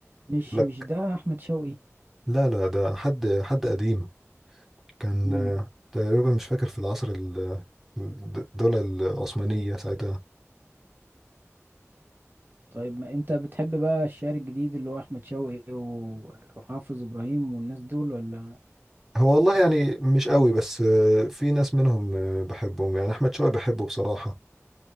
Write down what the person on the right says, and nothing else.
مش
مش ده أحمد شوقي
أمم،
طيب ما أنت بتحب بقى الشعر الجديد اللي هو أحمد شوقي و- وحافظ إبراهيم والناس دول ولا